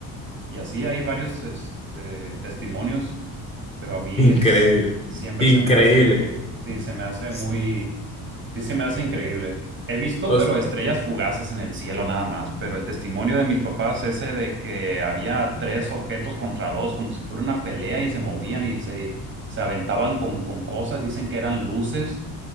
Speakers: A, on the right; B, on the left.
A: Y así hay varios este, testimonios, pero a mí
B: increíble,
A: es, siempre
B: increíble.
A: se me hace, sí, se me hace
B: Sí,
A: muy... Sí, se me hace increíble. He visto,
B: O,
A: pero
B: s-
A: estrellas fugaces en el cielo nada más, pero el testimonio de mis papás, ese de que había tres objetos contra dos, como si fuera una pelea y se movían y se, se aventaban con, con cosas, dicen que eran luces.